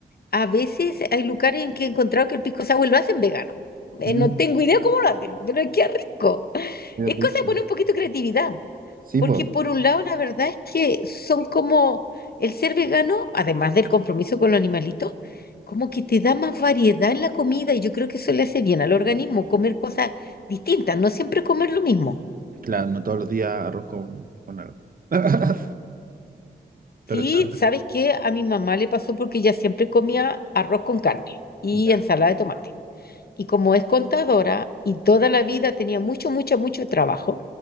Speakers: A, on the left (about 60°); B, on the right (about 50°).
A: a veces hay lugares en que he encontrado que el pisco sour lo hacen vegano. Eh,
B: Mm,
A: no tengo idea cómo lo hacen, pero qué rico.
B: Qué
A: Es
B: rico.
A: cosa de poner un poquito de creatividad.
B: Sí,
A: Porque
B: pues.
A: por un lado, la verdad es que son como el ser vegano, además del compromiso con los animalitos, como que te da más variedad en la comida y yo creo que eso le hace bien al organismo, comer cosas distintas, no siempre comer lo mismo.
B: Claro, no todos los días arroz con, con algo. <laughs>
A: Sí,
B: Pero está.
A: ¿sabes qué? A mi mamá le pasó porque ella siempre comía arroz con carne y
B: Ya,
A: ensalada de tomate. Y como es contadora y toda la vida tenía mucho, mucho, mucho trabajo,